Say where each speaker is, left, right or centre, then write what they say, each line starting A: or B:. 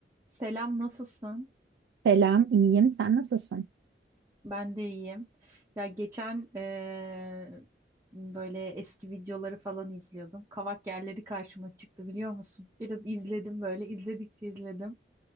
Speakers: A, on the right; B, on the right.
A: Selam, nasılsın?
B: Selam, iyiyim. Sen nasılsın?
A: Ben de iyiyim. Ya geçen eee, böyle eski videoları falan izliyordum. Kavak yerleri karşıma çıktı biliyor musun? Biraz izledim böyle, izledikçe izledim.